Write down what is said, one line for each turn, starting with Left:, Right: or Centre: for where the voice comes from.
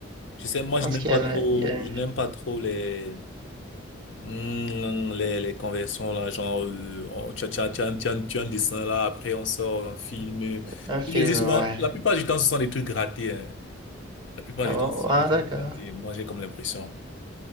Left: Tu sais, moi,
Right: Je pense
Left: je n'aime
Right: qu'il
Left: pas
Right: y a,
Left: trop,
Right: il y a
Left: je n'aime pas trop les, Hmm, les, les conversions là, genre, euh, on- tu as, tu as, tu as, tu as- tu as un dessin là, après on sort un film.
Right: Un film,
Left: Je me dis souvent,
Right: ouais.
Left: la plupart du temps, ce sont des trucs ratés. hein. La plupart
Right: Ah
Left: du
Right: bon,
Left: temps, ce sont
Right: ouais,
Left: des trucs
Right: d'accord.
Left: ratés. Moi, j'ai comme l'impression.